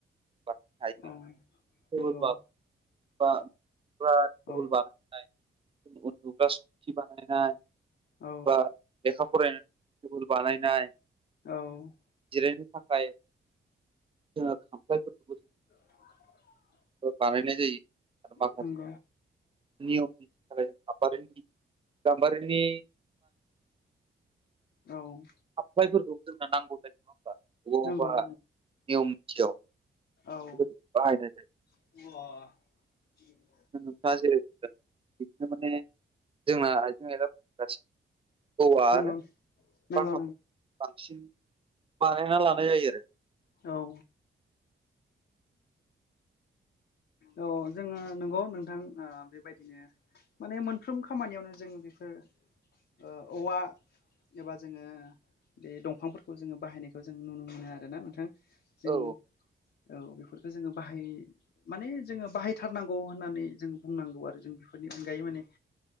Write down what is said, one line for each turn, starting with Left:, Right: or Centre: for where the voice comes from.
Right: बा दाइनिं
Left: औ
Right: थेबोलानो
Left: नंगौ
Right: बा थेबोल
Left: औ
Right: बानायनाय उन्दुग्रा सौखि बानायनाय
Left: औ
Right: बा लेखा फरायनाय टेबोल बानायनाय
Left: औ
Right: जिरायनो थाखाय जोङो खामख्लायफोरखौबो
Left: <unintelligible>
Right: बानायनाय जायो आरो माखासे
Left: नंगौ औ नंगौ
Right: नियमनि थाखाय गाम्बारिनि
Left: औ
Right: खामफ्लायफोरखौबो जोंना नांगौ जायो नङा होमबा बबावबा
Left: नंगौ
Right: नियम निथियाव
Left: औ
Right: बे बाहायनाय जायो
Left: <unintelligible>
Right: नोंथांङा जेरै बुंदों बिदिनो माने जोंना आइजें आइलाफोरनि गासिबो औवा
Left: नंगौ
Right: आरो
Left: नंगौ
Right: बा बांसिन बानायना लानाय जायो आरो
Left: औ औ जोङो नंगौ नोंथां ओ बेबायदिनो माने मोनफ्रोम खामानियावनो जों बेफोर ओ औवा एबा जोङो बे दंफांफोरखौ जोङो बाहायनायखौ जों नुनो मोनो आरोना नोंथां जों
Right: औ
Left: औ बेफोरखौ जोङो बाहाय माने जोङो बाहायथारनांगौ होननानै जों बुंनांगौ आरो जों बेफोरनि अनगायै माने